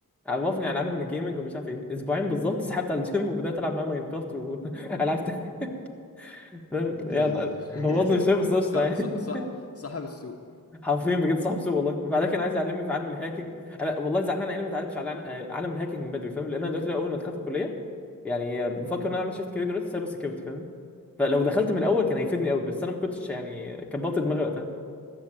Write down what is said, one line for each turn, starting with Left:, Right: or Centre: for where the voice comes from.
Centre: عرفني على عالم الجيمنج ومش عارف ايه اسبوعين بالظبط سحبت على الجيم وبدات العب معاه ماينكرافت والعب <laughs> تاني فاهم يعني
Left: لول <laughs>
Centre: بوظني
Left: يا ساتر
Centre: شويه بس قشطه
Left: صح
Centre: يعني
Left: صح صح صاحب السوق
Centre: حرفيا بجد صاحب سوء والله وبعدها كان عايز يعلمني في عالم الهاكينج انا والله زعلان انا ليه ما اتعلمتش على عن- آه، عالم الهاكينج من بدري فاهم لان انا دلوقتي اول ما دخلت الكليه يعني آه، بفكر
Left: امم
Centre: ان انا اعمل شيفت كارير دلوقتي سايبر سكيورتي فاهم فلو دخلت من الاول كان هيفيدني قوي بس انا ما كنتش يعني كبرت دماغي وقتها